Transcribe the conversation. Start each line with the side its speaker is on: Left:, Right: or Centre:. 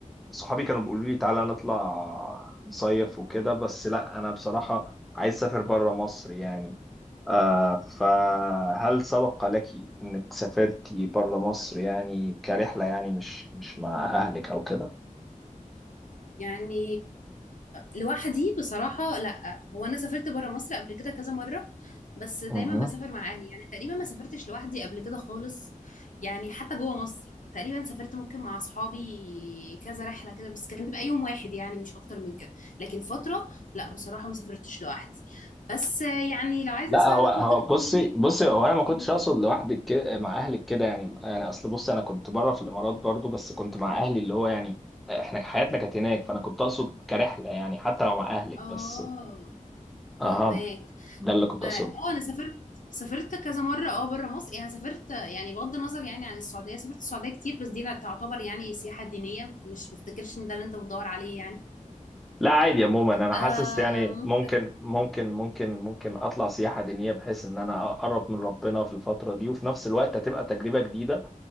Centre: صحابي كانوا بيقولوا لي تعالى نطلع نصيف وكده بس لا انا بصراحة عايز اسافر بره مصر يعني آه فهل سبق لك انك سافرتي بره مصر يعني كرحلة يعني مش مش مع اهلك او كده
Left: يعني لوحدي بصراحة لا هو انا سافرت برا مصر قبل كده كذا مرة بس دايما
Centre: مهم.
Left: بسافر مع اهلي يعني تقريبا ما سافرتش لوحدي قبل كده خالص يعني حتى جوه مصر تقريبا سافرت ممكن مع اصحابي كذا رحلة كده بس كان بيبقى يوم واحد يعني مش اكتر من كده لكن فترة لا بصراحة ما سافرتش لوحدي بس يعني لو عايزني
Centre: لا
Left: اساعدك
Centre: هو هو
Left: ممكن تقولي
Centre: بصي بصي هو انا ما كنتش
Left: مم.
Centre: اقصد لوحدك كده مع اهلك كده يعني يعني اصل بصي انا كنت بره في الامارات برضو بس كنت مع اهلي اللي هو يعني احنا حياتنا كانت هناك فانا كنت اقصد كرحلة يعني حتى لو مع اهلك
Left: اه
Centre: بس اهم
Left: فهماك
Centre: ده اللي
Left: طب
Centre: كنت اقصده
Left: اه انا سافرت سافرت كذا مره اه بره مصر يعني سافرت يعني بغض النظر يعني عن السعوديه سافرت السعوديه كتير بس دي لا تعتبر يعني سياحه دينيه مش بفتكرش ان ده اللي انت بتدور عليه يعني
Centre: لا عادي عموما انا
Left: آه
Centre: حاسس يعني
Left: ممكن
Centre: ممكن ممكن ممكن ممكن اطلع سياحه دينيه بحيث ان انا اقرب من ربنا في الفتره دي وفي نفس الوقت هتبقى تجربه جديده